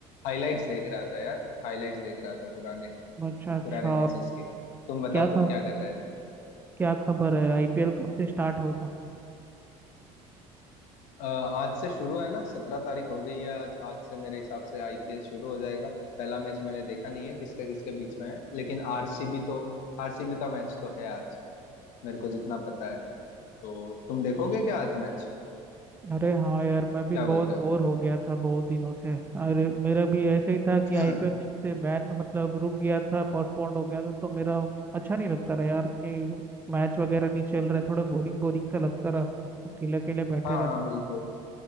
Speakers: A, on the left (about 75°); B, on the right (about 15°).
A: हाइलाइट्स देख रहा था यार हाइलाइट्स देख रहा था पुराने
B: अच्छा अच्छा
A: पुराने मैचेस
B: और
A: की तुम बताओ
B: क्या
A: तुम
B: ख,
A: क्या कर रहे थे
B: क्या खबर है आईपीएल कब से स्टार्ट होगा
A: अ, आज से शुरू है ना सत्रह तारीख हो गई है आज आज से मेरे हिसाब से आईपीएल शुरू हो जाएगा पहला मैच मैंने देखा नहीं है किसका किसके बीच में है लेकिन आरसीबी तो आरसीबी का मैच तो है आज मेरे को जितना पता है तो तुम देखोगे क्या आज मैच
B: अरे हाँ यार मैं भी
A: क्या
B: बहुत
A: बोलते हो
B: बोर हो गया था बहुत दिनों से अरे मेरा भी ऐसे ही था कि
A: <clears throat>
B: आईपीएल
A: हाँ
B: जब से बैन मतलब रुक गया था पोस्टपोन्ड हो गया था तो मेरा अच्छा नहीं लगता रहा यार कि मैच वगैरह नहीं चल रहे थोड़ा बोरिंग बोरिंग सा लगता रहा अकेले अकेले बैठे
A: हाँ
B: रहते
A: बिल्कुल